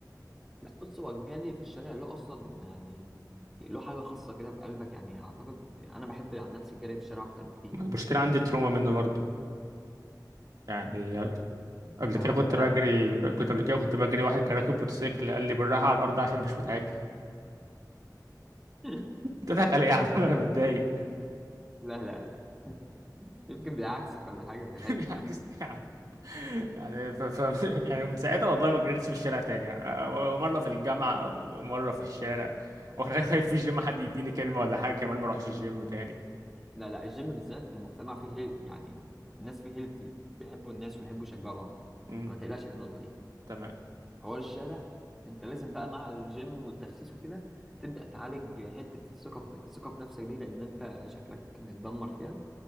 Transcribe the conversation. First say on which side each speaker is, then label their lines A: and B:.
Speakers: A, in the centre; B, on the right.
A: لا بص هو الجري في الشارع له اصلا يعني له حاجة خاصة كده في قلبك يعني اعتقد انا بحب عن نفسي الجري في الشارع اكتر بكتير
B: انا مشكله عندي تروما منه برضو يعني قبل
A: ما هو
B: كده
A: انت
B: كنت
A: بقى
B: بجري كنت قبل كده كنت بجري واحد كان راكب موتوسيكل قال لي بالراحه على الارض عشان مش بتاعتنا
A: <laughs>
B: <laughs> بتضحك علي إيه يا عم انا متضايق
A: لا لا لا يمكن بيعكسك ولا حاجة بيحب
B: <laughs> عكست يا عم يعني ف... ف... يعني من ساعتها والله ما جريتش في الشارع تاني يعني مره في الجامعه ومره في الشارع وخايف في الجيم حد يديني كلمه ولا حاجه كمان ما اروحش الجيم تاني
A: لا لا الجيم بالذات المجتمع فيه هيل... يعني الناس فيه هيلتي بيحبوا الناس ويحبوا يشجعوا بعض
B: امم
A: فما تقلقش من النقطة دي
B: تمام
A: حوار الشارع انت لازم بقى مع الجيم والتخسيس وكده تبدأ تعالج حتة الثقة في الثقة في نفسك دي لأن أنت شكلك متدمر فيها